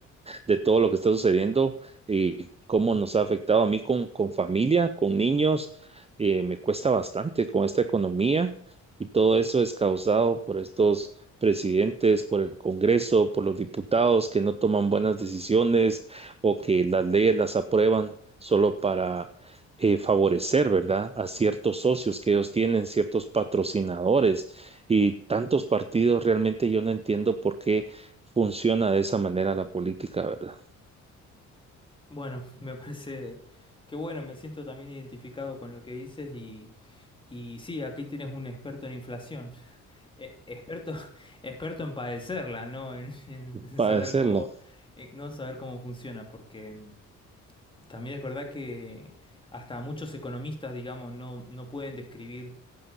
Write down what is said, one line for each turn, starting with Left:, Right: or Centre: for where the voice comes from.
Right: de todo lo que está sucediendo y cómo nos ha afectado a mí con, con familia, con niños. eh, me cuesta bastante con esta economía y todo eso es causado por estos presidentes, por el Congreso, por los diputados que no toman buenas decisiones o que las leyes las aprueban solo para eh, favorecer, ¿verdad?, a ciertos socios que ellos tienen, ciertos patrocinadores y tantos partidos, realmente yo no entiendo por qué funciona de esa manera la política, ¿verdad?
Left: Bueno, <laughs> me parece que bueno, me siento también identificado con lo que dices Y sí, aquí tienes un experto en inflación. Eh, experto, <laughs> experto en padecerla, ¿no? En, <laughs> en- en
Right: para
Left: saber
Right: decirlo.
Left: cómo, eh, no saber cómo funciona, porque mm, también es verdad que hasta muchos economistas, digamos, no, no pueden describir